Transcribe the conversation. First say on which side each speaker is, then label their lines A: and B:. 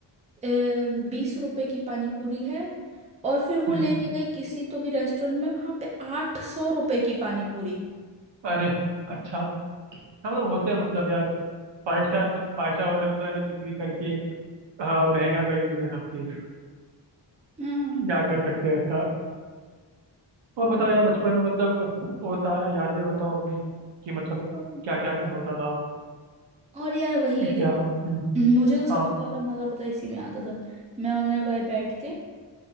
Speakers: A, on the right (about 15°); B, on the right (about 75°).
A: बीस रुपए की पानी पूरी है और फिर वो
B: हम्म,
A: लेके गई किसी तो भी रेस्टोरेंट में वहां पे आठ सौ रुपए की पानी पूरी
B: अरे अच्छा हाँ मतलब होते हैं मतलब यार फाइव स्टार में फाइव स्टार होटल में तो है ना कुछ भी करके हाँ, महंगा कर ही देते हैं सब चीज
A: हम्म
B: क्या कर सकते हैं इसका और बताओ यार बचपन में मतलब होता है यादें बताओ अपनी कि मतलब
A: और
B: क्या क्या होता था
A: और यार वही देखो
B: क्या हम्म,
A: मुझे तो सबसे
B: हाँ
A: ज्यादा मजा पता है इसी में आता था मैं और मेरा भाई बैठ के